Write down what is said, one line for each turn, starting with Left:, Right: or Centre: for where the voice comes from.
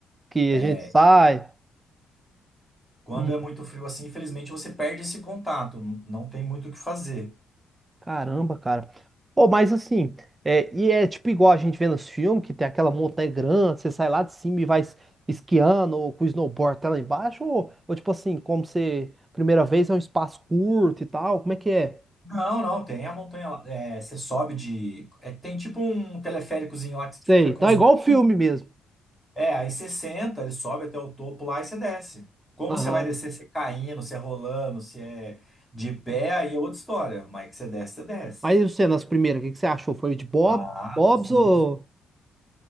Right: Que
Centre: É,
Right: a gente sai.
Centre: Quando
Right: Uhum.
Centre: é muito frio assim, infelizmente você perde esse contato, n- não tem muito o que fazer.
Right: Caramba, cara. Pô, mas assim, é, e é tipo igual a gente vê nos filmes, que tem aquela montanha grande, você sai lá de cima e vai es- esquiando, ou com o snowboard até lá embaixo, ou, ou tipo assim, como você, primeira vez é um espaço curto e tal, como é que é?
Centre: Não, não, tem a montanha lá. É, você sobe de. é, tem tipo um teleféricozinho lá que você, tipo,
Right: Sei,
Centre: fica com
Right: tá
Centre: uns
Right: igual
Centre: banquinhos.
Right: o filme mesmo.
Centre: É, aí você senta, ele sobe até o topo lá e você desce. Como
Right: Aham.
Centre: você vai descer, se é caindo, se é rolando, se é de pé,
Right: É.
Centre: aí é outra história. Mas que você desce, você desce.
Right: Mas e você, nas primeiras, o que que você achou? Foi de Bob,
Centre: Ah,
Right: Bob's
Centre: difícil.
Right: ou...